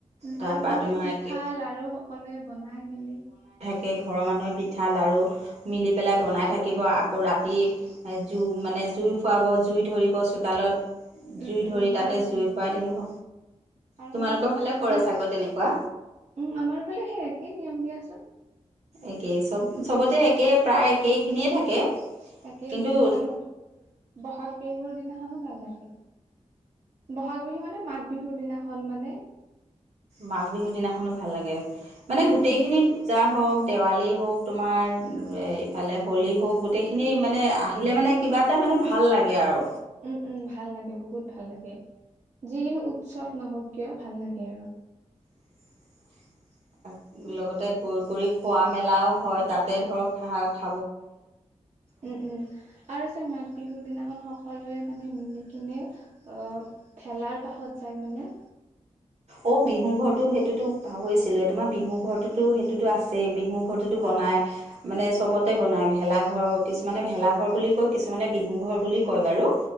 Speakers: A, on the right; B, on the right.
A: উম,
B: তাৰপৰা
A: আৰু মানে
B: তোমাৰ
A: পিঠা
B: একে
A: লাৰু সকলোৱে বনাই মেলি।
B: গোটেই ঘৰৰ মানুহে পিঠা, লাৰু মিলি পেলাই বনাই থাকিব। আকৌ, ৰাতি এজো মানে। জুই ফুৱাব, জুই ধৰিব চোতালত।
A: উম
B: জুই
A: উম
B: ধৰি,
A: উম
B: তাতে
A: আৰু
B: জুই ফুৱাই থাকিব।
A: আৰু
B: তোমালোকৰ
A: মানে, বিহুৰ
B: ফালেও
A: দিনা।
B: কৰে চাগৈ
A: উম,
B: তেনেকুৱা
A: আমাৰ ফালে সেই একেই নিয়ম দিয়াচোন।
B: একেই চব, চবতে একেই প্ৰায় একেইখিনিয়ে থাকে।
A: একে
B: কিন্তু
A: খিনিয়ে থাকে, আৰু ব-বহাগ বিহুৰ দিনাখনো। ভাল লাগে। বহাগ বিহু মানে, মাঘ বিহুৰ দিনাখন মানে।
B: মাঘ বিহুৰ দিনাখনো ভাল লাগে, মানে
A: উম
B: গোটেই
A: উম
B: খিনি পূজা। হওক, দেৱালী হওক, তোমাৰ ইফালে হলী হওক গোটেইখিনি। খিনি মানে, আহিলে মানে কিবা এটা মানে ভাল লাগে আৰু।
A: উম, উম ভাল লাগে বহুত। ভাল লাগে। যিকোনো উৎসৱ নহওক কিয়, ভাল লাগে আৰু।
B: <unintelligible> লগতে গৈ <unintelligible> কৰি খোৱা মেলাও হয়, তাতে ধৰ। <unintelligible>
A: উম, উম, আৰু যে মাঘ বিহুৰ দিনা। সকলোৱে মানে মিলি কিনে, অ'ভেলাৰ কাষত যাই মানে।
B: অ', বিহু ঘৰটো সেইটোতো পাহৰিছিলো এ, তোমাৰ বিহু ঘৰটোতো সেইটোতো আছে, বিহু ঘৰটোতো। বনাই, মানে চবতে বনাই ভেলাঘৰ। কিছুমানে ভেলাঘৰ বুলি কয়, কিছুমানে বিহু ঘৰ বুলি। কয় বাৰু।